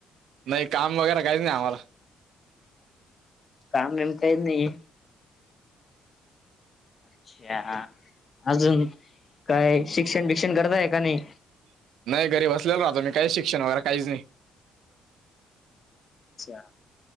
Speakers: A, on the right (about 80°); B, on the left (about 40°).
A: नाही काम वगैरे काहीच नाही आम्हाला.
B: काम बीम काहीच नाही. अच्छा! अजून काय शिक्षण बिक्षण करतय का नाही?
A: नाही घरी बसलेल ना मी काही शिक्षण वगैरे काहीच नाही.
B: अच्छा!